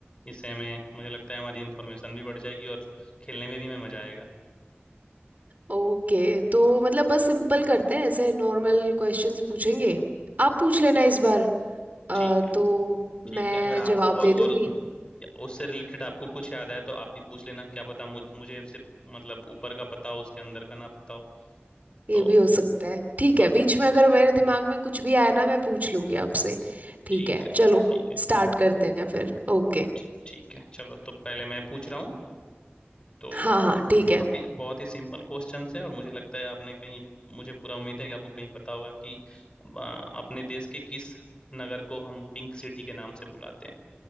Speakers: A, on the left; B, on the right.
A: इससे हमें मुझे लगता है हमारी इन्फॉर्मेशन भी बढ़ जाएगी और खेलने में भी हमें मजा आएगा
B: ओके तो मतलब बस सिंपल करते हैं ऐसे नॉर्मल क्वेश्चंस पूछेंगे आप पूछ लेना इस बार अ,
A: ठीक है
B: तो मैं
A: ठीक है अगर आप
B: जवाब
A: और
B: दे दूंगी
A: और उस- या उससे रिलेटेड आपको कुछ याद आया तो आप भी पूछ लेना क्या पता मुझ, मुझे सिर्फ मतलब ऊपर का पता हो उसके अंदर का ना पता हो
B: ये
A: तो
B: भी हो सकता है ठीक
A: हाँ
B: है बीच में अगर मेरे दिमाग में कुछ भी आया ना मैं पूछ लूंगी आपसे ठीक
A: ठीक
B: है
A: है
B: चलो
A: ठीक है
B: स्टार्ट करते हैं फिर ओके
A: ठीक ठीक है चलो तो पहले मैं पूछ रहा हूँ तो
B: हाँ हाँ ठीक
A: बहुत
B: है
A: ही बहुत ही सिंपल क्वेश्चंस है और मुझे लगता है आपने कहीं मुझे पूरा उम्मीद है कि आपको कहीं पता होगा कि अ, अपने देश के किस नगर को हम पिंक सिटी के नाम से बुलाते हैं